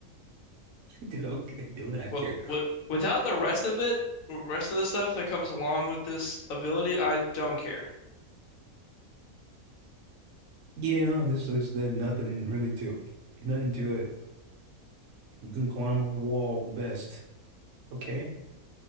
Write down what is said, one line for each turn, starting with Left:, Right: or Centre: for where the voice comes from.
Right: Do not do not
Left: What
Right: care.
Left: what without the rest of it, rest of the stuff that comes along with this ability, I don't care.
Right: Yeah, this is there's nothing really to Nothing to it. You can climb up a wall the best. Okay.